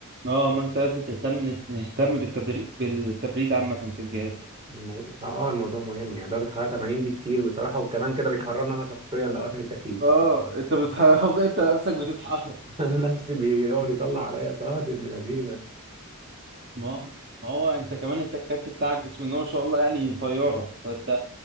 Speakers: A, on the right (about 50°); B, on the right (about 25°).
A: اه ما انت لازم تهتم نهتم بالتدري... بالتبريد عامة في الجهاز
B: المو... اه الموضوع مهم يعني درجه الحراره 80 دي كتير بصراحه وكمان كده بيحررني انا شخصيا لو قافل التكييف
A: اه انت بتح... <laughs> انت نفسك بتتحرك
B: <laughs> نفسي بيقعد يطلع عليا صهد ابن لذينه
A: ما ما هو انت كمان انت الكارت بتاعك بسم الله ما شاء الله يعني طيارة فانت